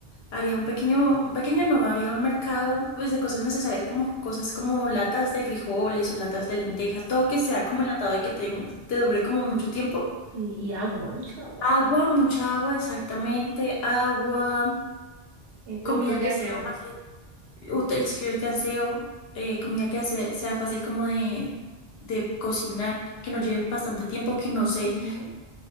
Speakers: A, on the left; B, on the right.
A: Haría un pequeño, un pequeño no, haría un mercado, pues, de cosas necesarias, como cosas como latas de frijoles o latas de lentejas, todo que sea como enlatado y que te, te dure como mucho tiempo.
B: Y, y agua, mucha agua.
A: Agua, mucha agua, exactamente. Agua,
B: Eh, productos
A: comida
B: de
A: que
B: aseo.
A: sea fácil, utensilios de aseo, eh, comida que sea, sea fácil como de, de cocinar, que no lleve bastante tiempo, que no se
B: Ujú.